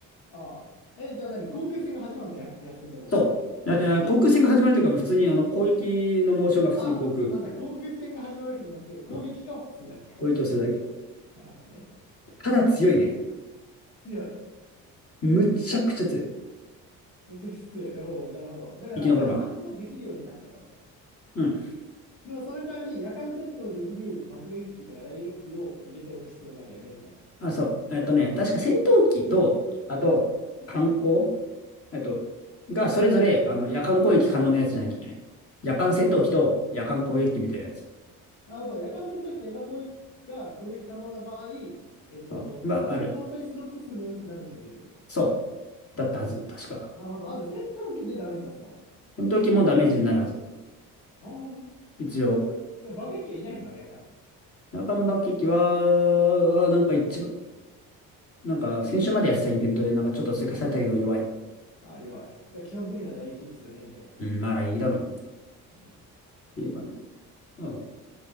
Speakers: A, on the left; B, on the left.
A: ああ。え、じゃあ何航空戦が始まるのや、野戦でも。
B: そう。ああ航空戦が始まるというか、
A: え
B: もう普通にあの、攻撃のモーションが普通に航空
A: ああ、なんだ、航空戦が始まるわけじゃなくて、攻撃がするだけか。
B: の攻撃をするだけ。
A: なるほどね。
B: ただ強いね。
A: 強い。
B: むちゃくちゃ強い。
A: めちゃくちゃ強い。おお、なるほど。だから、
B: 生き残れば。
A: 野戦もできるようになったと。
B: うん。
A: でも、その代わり、夜間戦闘できる爆撃機とか雷撃機を入れておく必要があるよね、みたいな。
B: あ、そう。えっとね、確か戦闘機と、あと、
A: うん
B: 艦砲えっと、がそれぞれ、あの、夜間攻撃可能なやつじゃなきゃいけない。夜間戦闘機と夜間攻撃機みたいなやつ。
A: なるほど。夜間戦闘機と夜間攻撃が攻撃可能な場合、えっと、
B: あがある。
A: その搭載スロット数に応じてダメージが出る。
B: そう。だったはず。確か。
A: なるほど。あ、じゃあ戦闘機でダメージ出すの
B: 戦闘機もダメージになるはず。
A: ああー
B: 一応。
A: じゃあ爆撃機はいないの夜間。
B: 中間爆撃は、あなんか一番、なんか先週までやってたイベントでなんかちょっと追加されたけど弱い。
A: ああ、弱い。じゃあ基本的な雷撃ですよねみたいな、そういう。
B: うん、まあいいだろうね。っ
A: うん。
B: ていう感じ。うん。